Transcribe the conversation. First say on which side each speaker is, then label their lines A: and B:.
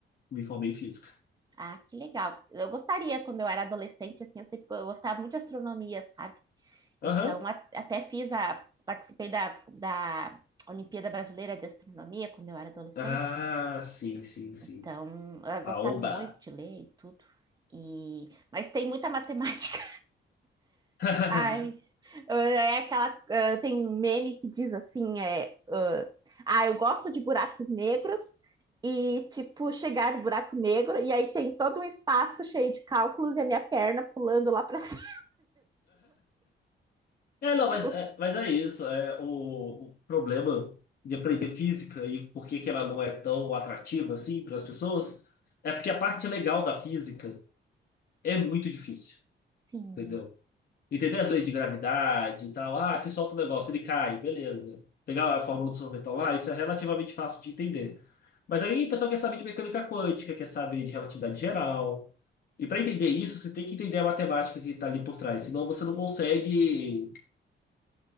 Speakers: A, on the left; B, on the right.
A: Me formei em física.
B: Ah, que legal. Eu gostaria, quando eu era adolescente, assim, eu sempre eu gostava muito de astronomia, sabe? Então,
A: Aham.
B: a- até fiz a... Participei da, da Olimpíada Brasileira de Astronomia quando eu era adolescente.
A: Ah, sim, sim, sim.
B: Então, eu gostava
A: Aoba.
B: muito de ler e tudo. E, mas tem muita <laughs> matemática.
A: <laughs>
B: Ai, é aquela. ah, tem um meme que diz assim: é, ah, ah, eu gosto de buracos negros e, tipo, chegar no buraco negro, e aí tem todo um espaço cheio de cálculos e a minha perna pulando lá pra <laughs> cima.
A: É, não, mas
B: Eu- eu-
A: é, mas é isso. É, o, o problema de aprender física e por que que ela não é tão atrativa assim para as pessoas é porque a parte legal da física é muito difícil,
B: Sim.
A: entendeu? Entender as leis de gravidade e tal. Ah, se solta o negócio, ele cai, beleza. Pegar a fórmula do sorvetão lá, isso é relativamente fácil de entender. Mas aí o pessoal quer saber de mecânica quântica, quer saber de relatividade geral. E para entender isso, você tem que entender a matemática que está ali por trás, senão você não consegue.